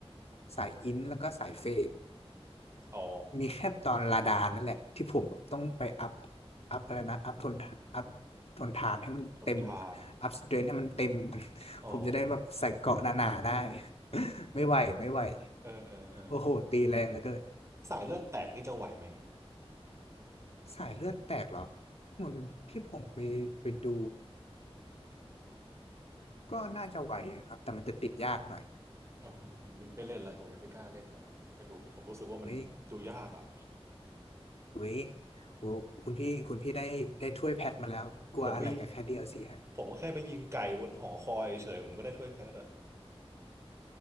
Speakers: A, on the left (about 70°); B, on the right (about 25°).
A: สายอินแล้วก็สายเฟด
B: อ๋อ
A: มีแค่ตอนลาดานั่นแหละที่ผมแบบต้องไปอัพอัพอะไรนะอัพทนทานอัพทนทานให้มันเต็ม
B: ทนทาน
A: อัพสเตรนให้มันเต็ม
B: อ๋อ
A: ผมจะได้แบบใส่เกราะหนาๆได้ <laughs> ไม่ไหวไม่ไหว
B: <laughs> เออเออเออ
A: โอ้โหตีแรงเหลือเกิน
B: สายเลือดแตกนี่จะไหวไหม
A: สายเลือดแตกเหรอเหมือนที่ผมไปไปดูก็น่าจะไหวอะครับแต่มันจะติดยากหน่อย
B: อ๋อผมไม่ไม่เล่นแล้วผมยังไม่กล้าเล่นนะไม่รู้ผมรู้สึกว่ามันดูยากอ่ะ
A: เฮ้ยเฮ้ยโอ้คุณพี่คุณพี่ได้ได้ถ้วยแพทมาแล้วกลัวอะไรกับแค่
B: ผมไป
A: DLC ฮะ
B: ผมก็แค่ไปยิงไก่บนหอคอยเฉยผมก็ได้ถ้วยแพทอ่ะ